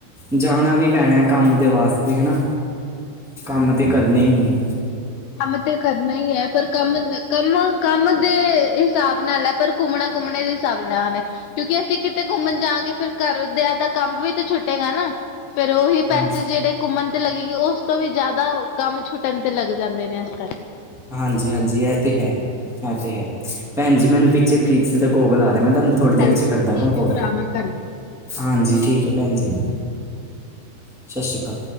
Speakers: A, in the centre; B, on the left (about 80°).
A: ਜਾਣਾ ਵੀ ਪੈਣਾ ਹੈ ਕੰਮ ਦੇ ਵਾਸਤੇ ਹਨਾ। ਕੰਮ ਤੇ ਕਰਨੇ ਹੀ ਨੇ।
B: ਕੰਮ ਤਾਂ ਕਰਨਾ ਹੀ ਹੈ ਪਰ ਕੰਮ ਕੰਮ ਕਾਮ ਦੇ ਹਿਸਾਬ ਨਾਲ ਹੈ। ਪਰ ਘੁੰਮਣਾ- ਘੁੰਮਣੇ ਦੇ ਹਿਸਾਬ ਨਾਲ ਏ। ਕਿਉਂਕਿ ਅਸੀਂ ਕਿਤੇ ਘੁੰਮਣ ਜਾਵਾਂਗੇ, ਤਾਂ ਘਰ ਦੇ ਕੰਮ ਵੀ ਛੁੱਟ ਗਾ ਨਾ। ਫੇਰ, ਉਹੀ
A: ਹਾਂਜੀ
B: ਪੈਸੇ ਜੇੜੇ ਘੁੰਮਣ ਤੇ ਲੱਗੇਗੇ, ਉਸ ਤੋਂ ਵੀ ਜਿਆਦਾ ਕੰਮ ਛੁੱਟਣ ਤੇ ਲੱਗ ਜਾਂਦੇ ਨੇ, ਅਜ-ਕਲ
A: ਹਾਂਜੀ-ਹਾਂਜੀ, ਇਹ ਤਾਂ ਹੈ, ਇਹ ਤਾਂ ਹੈ। ਭੈਣਜੀ, ਮੈਨੂੰ ਪਿਛੇ ਕਿਸੇ ਦਾ ਕੋਲ ਆ ਰਿਹਾ ਕਿ ਮੈਂ ਤੁਹਾਨੂੰ ਥੋੜੀ ਦੇਰ
B: ਹਾਂਜੀ,
A: 'ਚ ਕਰਦਾ
B: ਠੀਕ
A: ਹਾਂ ਫੋਨ
B: ਆ, ਭਰਾ ਮੈਂ ਕਰਦੀ ਹਾਂ।
A: ਹਾਂਜੀ, ਠੀਕ ਹੈ ਭੈਣ ਜੀ, ਸਤਿ ਸ਼੍ਰੀ ਅਕਾਲ।